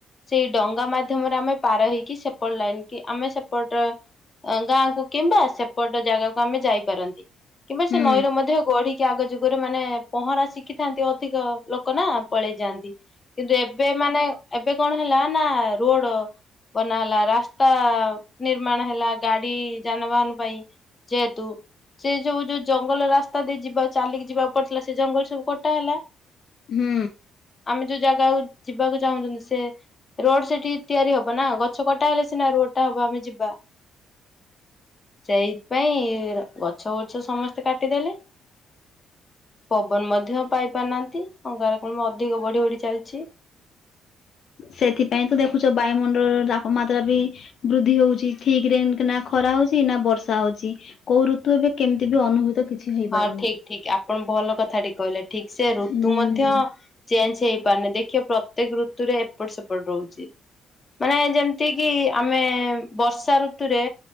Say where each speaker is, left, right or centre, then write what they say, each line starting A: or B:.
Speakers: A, on the left (about 30°); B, on the left (about 60°).
A: ସେଇ ଡଙ୍ଗା ମାଧ୍ୟମରେ ଆମେ ପାର ହେଇକି ସେପଟ ଲାଇନ କି ଆମେ ସେପଟେ ଗାଁକୁ କିମ୍ବା ସେପଟ ଜାଗାକୁ ଆମେ ଯାଇପାରନ୍ତି କିମ୍ବା
B: ହୁଁ
A: ସେ ନଈର ମଧ୍ୟ ଗଡି କି ଆଗ ଯୁଗରେ ମାନେ ପହଁରା ଶିଖିଥାନ୍ତି ଅଧିକ ଲୋକ ନା ପଳେଇ ଯାଆନ୍ତି। କିନ୍ତୁ ଏବେ ମାନେ ଏବେ କଣ ହେଲା ନା ରୋଡ ବନା ହେଲା ରାସ୍ତା ନିର୍ମାଣ ହେଲା ଗାଡି ଯାନବାହାନ ପାଇଁ ଯେହେତୁ ସେ ଯୋଉ ଯୋଉ ଜଙ୍ଗଲ ରାସ୍ତା ଦେଇ ଯିବା ଚାଲିକି ଯିବାକୁ ପଡିଥିଲା ସେ ଜଙ୍ଗଲ ସବୁ କଟା ହେଲା।
B: ହୁଁ।
A: ଆମେ ଯୋଉ ଜାଗାକୁ ଯିବାକୁ ଚାହୁଁଛନ୍ତି ସ ରୋଡ ସେଠି ତିଆରି ହବ ନା ଗଛ କଟା ହେଲେ ସିନା ରୋଡ ଟା ହବ ଆମେ ଯିବା। <inaudible> ସେଇଥି ପାଇଁ ଗଛ ବୁଛ ସମସ୍ତେ କାଟିଦେଲେ। ଜୀବନ ମଧ୍ୟ ପାଇ ପାରୁନାହାନ୍ତି ଅଙ୍ଗାରକାମ୍ଳ ଅଧିକ ବଢି ବଢି ଚାଲିଛି।
B: ସେଥିପାଇଁ ତ ଦେଖୁଛ ବାୟୁମଣ୍ଡଳର ତାପମାତ୍ରା ବି ବୃଦ୍ଧି ହଉଛି ଠିକ ରେ ନା ଖରା ହଉଛି ନା ବର୍ଷା ହଉଛି। କୋଉ ଋତୁ ଏବେ କେମିତି ବି ଅନୁଭୂତ କିଛି ହେଇପାରୁନି।
A: ହଁ ଠିକ ଠିକ ଆପଣ ଭଲ କଥାଟେ କହିଲେ ଠିକ ସେ ଋତୁ
B: ହୁଁ।
A: ମଧ୍ୟ ଚେଞ୍ଜ ହେଇପାରୁନି ଦେଖିବେ ପ୍ରତ୍ୟେକ ଋତୁରେ ଏପଟ ସେପଟ ରହୁଛି ମାନେ ଯେମତି ଯେତିକି ଆମେ ବର୍ଷା ଋତୁରେ